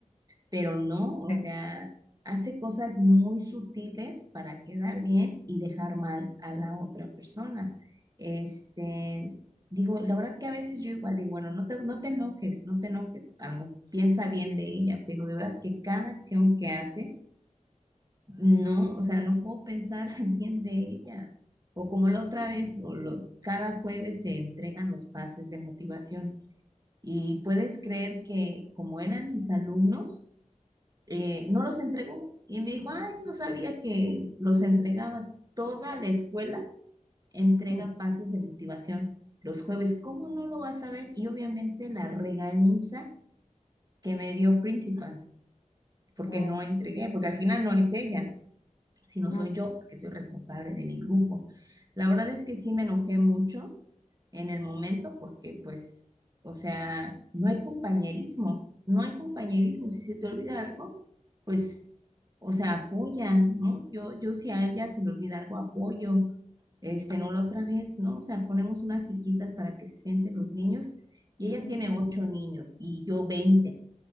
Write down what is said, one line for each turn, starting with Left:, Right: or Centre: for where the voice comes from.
Right: pero no, o
Left: Sí.
Right: sea, hace cosas muy sutiles para quedar bien y dejar mal a la otra persona. Este, digo, la verdad que a veces yo igual digo, bueno, no te, no te enojes, no te enojes, algo, piensa bien de ella, pero de verdad que cada acción que hace no, o sea, no puedo pensar <laughs> bien de ella. O como la otra vez, o lo- cada jueves se entregan los pases de motivación. Y puedes creer que como eran mis alumnos, eh, no los entregó. Y me dijo, ay, no sabía que los entregabas. Toda la escuela entrega
Left: Ujú.
Right: pases de motivación los jueves. ¿Cómo no lo vas a ver? Y obviamente la regañiza que me dio principal, porque
Left: Mm.
Right: no entregué, porque al final no es ella. si no
Left: Ujú,
Right: soy yo, porque soy responsable de mi grupo. La verdad es que sí me enojé mucho en el momento porque pues, o sea, no hay compañerismo, no hay compañerismo. Si se te olvida algo, pues, o sea, apoya, ¿no? Yo, yo si a ella se le olvida algo, apoyo. Este, no la otra vez, ¿no? O sea, ponemos unas sillitas para que se sienten los niños y ella
Left: ujú,
Right: tiene ocho niños y yo veinte.